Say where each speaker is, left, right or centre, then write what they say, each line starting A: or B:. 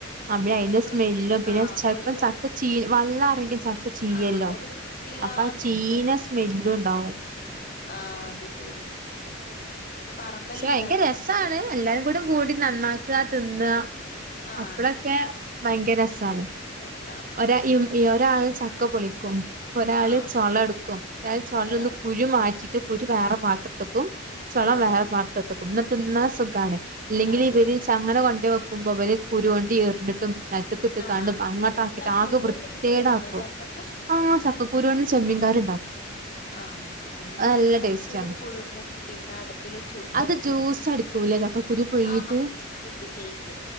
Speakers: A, on the right (about 45°); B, on the left (about 45°).
A: അബി അതിന്റെ
B: ഒരു
A: സ്മെല്ലും
B: വൃത്തി
A: പിന്നെ
B: ആഹ്
A: ചെലപ്പം
B: ഒരു വൃ
A: ചക്ക ചീ വള്ളറങ്ങി ചക്ക ചീയല്ലോ
B: ആഹ് ഒരു വൃത്തിയില്ലാത്ത
A: അപ്പോ ആ ചീയുന്ന
B: പോലെ ഉണ്ടാവും
A: സ്മെല്ലും
B: മഴ പെയ്ത് കഴിഞ്ഞാല്.
A: ഉണ്ടാവും
B: ആഹ് അത് ശരി പറമ്പെല്ലാം
A: പക്ഷേ ഭയങ്കര
B: ഇണ്ടാ
A: രസമാണ് എല്ലാരും കൂടെ കൂടി നന്നാക്കുക തിന്നുക
B: ആഹ്
A: അപ്പഴെക്കെ ഭയങ്കര രസമാണ്
B: രമ്പാണ്
A: ഒരാ ഒരാള് ചക്ക പൊളിക്കും ഒരാള്
B: ആഹ്
A: ചൊള എടുക്കും ഒരാള് ചൊളെന്ന്
B: ഒരാൾ
A: കുരു മാറ്റിട്ട് കുരു വേറെ പാത്രത്തക്കും ചൊള
B: ആഹ് ഒരാൾ
A: വേറെ പാത്രത്തിൽക്കും ന്നാതിന്നാൻ
B: അത്
A: സുഖണേ
B: ശ
A: ഇല്ലെങ്കിൽ
B: അതെ
A: ഇവര് <unintelligible> കൊണ്ട് വെക്കുമ്പോ ഇവര് കുരുകൊണ്ട് എറിഞ്ഞിട്ടും നിലത്തെക്കിട്ടേക്കാണ്ടും
B: ആഹ് അത്
A: അങ്ങോട്ട
B: ശരി എന്നിട്ട് ആ
A: ആകെ
B: കുരു
A: വൃത്തേടാക്കും
B: എന്തെങ്കിലും ചെയ്യലുണ്ടോ ചക്കന്റെ
A: ആഹ് ചക്കക്കുരുവും ചെമ്മീൻകറി ഉണ്ടാക്കും
B: ആഹ് നമ്മള്
A: അത്
B: ചക്കക്കുരു
A: നല്ല ടേസ്റ്റ് ആണ്
B: പുഴുങ്ങും പിന്നെ അടുപ്പില് ചുട്ടെടുക്കും
A: അത് ജ്യൂസ് അടിക്കൂലേ ചക്കക്കുരു പുഴുങ്ങിയിട്ട്
B: ആഹ് ഷേക്ക് ഷേക്ക്